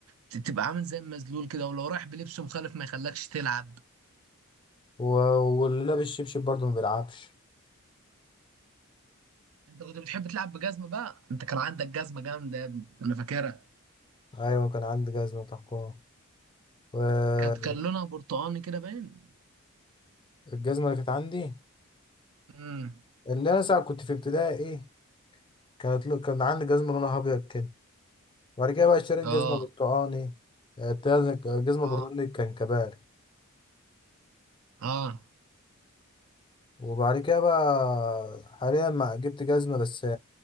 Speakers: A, on the right; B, on the left.
A: ت- تبقى عامل زي المزلول كده ولو رايح بلبس مخالف ما يخلكش تلعب
B: و... واللي لابس شبشب برضه ما بيلعبش
A: انت كنت بتحب تلعب بجزمه بقى انت كان عندك جزمه جامده يا ابني انا فاكرها
B: ايوه كان عندي جزمه تحكم والجزمه
A: كانت كان لونها برتقاني كده باين
B: اللي كانت عندي
A: امم
B: اللي انا ساعه كنت في ابتدائي ايه كانت لو- كان عندي جزمه لونها ابيض كده وبعد كده بقى اشتريت
A: اه
B: جزمه برتقاني آه، الجزمه
A: اه
B: البرتقاني كان كبار
A: اه
B: وبعد كده بقى حاليا ما جبت جزمة بس آه،